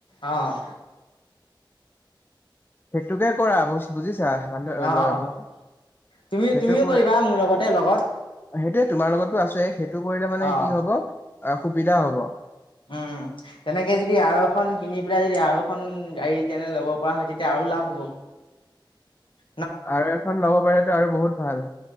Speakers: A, on the left; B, on the left.
A: অঁ
B: সেইটোকে কৰা বুজিছা। মানুহ
A: অ',
B: সেইটো
A: অ তুমি তুমিও
B: কৰি,
A: কৰিবা মোৰ লগতে লগত
B: সেইটোয়ে তোমাৰ লগতো আছে। সেইটো কৰিলে মানে
A: অ
B: কি হব সুবিধা হব।
A: অম তেনেকে যদি আৰু এখন কিনি পেলাই যদি আৰু এখন গাড়ী তেনে ল'ব পৰা হয় তেতিয়া আৰু লাভ হ'ব। ই
B: আৰু এখন ল'ব পাৰে আৰু বহুত ভাল।